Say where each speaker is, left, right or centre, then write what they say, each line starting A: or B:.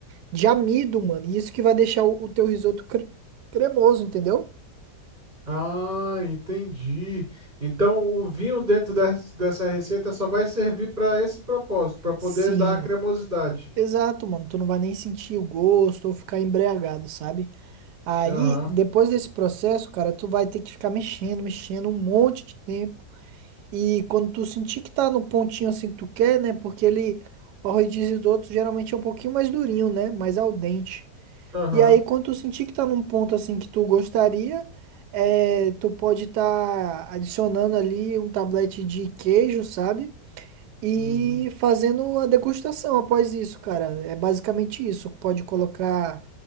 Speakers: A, on the right; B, on the right.
A: de amido, mano. E isso que vai deixar o, o teu risoto cre- cremoso, entendeu?
B: Ah, entendi. Então, o vinho dentro des- dessa receita só vai servir para esse propósito, para poder
A: Sim.
B: dar a cremosidade.
A: Exato, mano. Tu não vai nem sentir o gosto ou ficar embriagado, sabe? Aí,
B: Aham,
A: depois desse processo, cara, tu vai ter que ficar mexendo, mexendo um monte de tempo. E quando tu sentir que tá no pontinho assim que tu quer, né? Porque ele, o arroz de risoto geralmente é um pouquinho mais durinho, né? Mais al dente.
B: aham,
A: E aí, quando tu sentir que tá num ponto assim que tu gostaria, é, tu pode estar adicionando ali um tablete de queijo, sabe? E
B: uhum,
A: fazendo a degustação após isso, cara. É basicamente isso. Pode colocar